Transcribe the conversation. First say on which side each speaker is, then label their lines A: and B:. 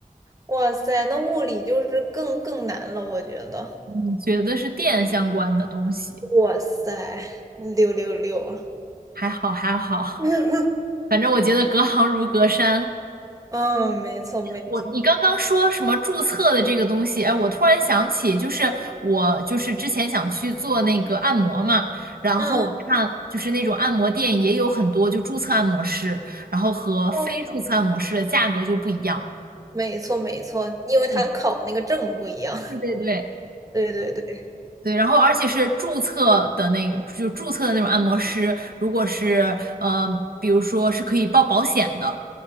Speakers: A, on the right; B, on the right.
A: 哇塞，那物理就是更更难了，我觉得。
B: 嗯，觉得是电相关的东西，
A: 哇塞，六六六啊！
B: 还好还好。
A: <laughs>
B: 反正我觉得隔行如隔山。
A: 嗯，没错没错，
B: 我你刚刚说什么注册的这个东西？哎，我突然想起，就是我就是之前想去做那个按摩嘛，然后我看就是那种按摩店也有很多就注册按摩师，
A: 嗯嗯，
B: 然后和非注册按摩师的价格就不一样。
A: 哦没错没错，因为他考那个证不一样。
B: 嗯对对对，
A: <laughs> 对对对，
B: 对，然后而且是注册的那个，就注册的那种按摩师，如果是呃，比如说是可以报保险的，